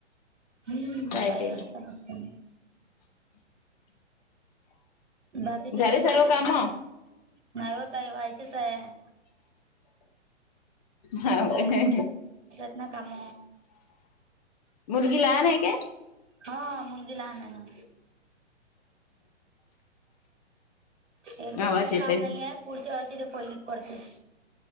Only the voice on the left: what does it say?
काय
ते.
झाली
सर्व काम?
हाव काय
मुलगी लहान आहे काय?
आवाज
येतय